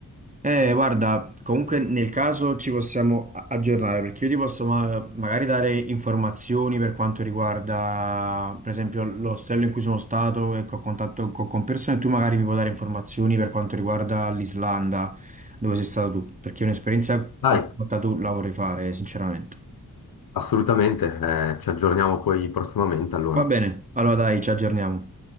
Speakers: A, on the right; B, on the left.
A: Eh, guarda, comunque nel caso ci possiamo a- aggiornare perché io ti posso ma- magari dare informazioni per quanto riguarda, per esempio, l'ostello in cui sono stato e che ho contatto co- con persone, tu magari mi puoi dare informazioni per quanto riguarda l'Islanda, dove sei stato tu, perché un'esperienza
B: Dai,
A: come quella tu la vorrei fare, sinceramente.
B: assolutamente, eh, ci aggiorniamo poi prossimamente allora.
A: Va bene, allora dai, ci aggiorniamo.